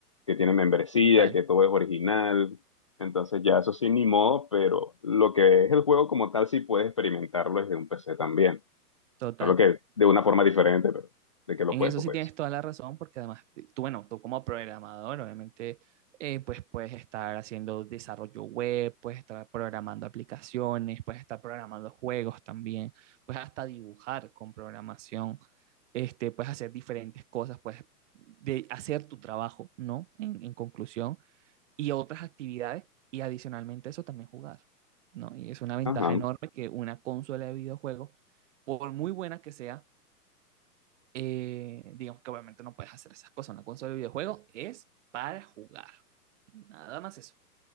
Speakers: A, on the left (about 25°); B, on the right (about 50°).
A: que tiene membresía,
B: Total,
A: que todo es original. Entonces ya eso sí, ni modo, pero lo que es el juego como tal sí puedes experimentarlo desde un PC también.
B: total.
A: Solo que de una forma diferente, pero de que lo
B: En
A: puedes,
B: eso
A: lo
B: sí
A: puedes.
B: tienes toda la razón, porque además, de- tú, bueno, tú como programador, obviamente, eh, pues puedes estar haciendo desarrollo web, puedes estar programando aplicaciones, puedes estar programando juegos también, puedes hasta dibujar con programación, este, puedes hacer diferentes cosas, puedes de hacer tu trabajo, ¿no? En, en conclusión, y otras actividades, y adicionalmente a eso también jugar, ¿no? Y es una ventaja
A: Ajá,
B: enorme que una consola de videojuegos, por muy buena que sea, eh, digamos que obviamente no puedes hacer esas cosas. Una consola de videojuegos es para jugar. Nada más eso,